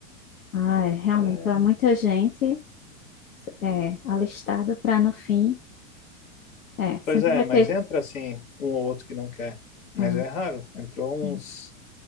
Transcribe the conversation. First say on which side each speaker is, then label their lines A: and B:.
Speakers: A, on the left; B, on the left.
A: Ah, é, realmente.
B: É,
A: Então, é muita gente é, alistado para no fim. É,
B: pois
A: sempre
B: é,
A: vai
B: mas
A: ter.
B: entra assim um ou outro que não quer. Mas
A: Ah,
B: é raro. Entrou
A: sim.
B: uns,